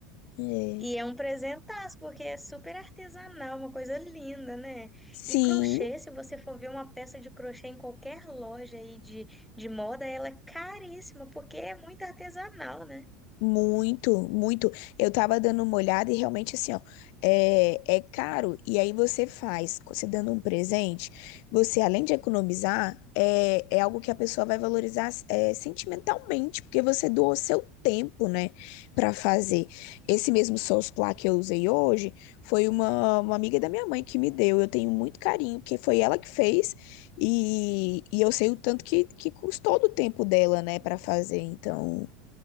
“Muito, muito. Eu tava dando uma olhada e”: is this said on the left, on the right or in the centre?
Left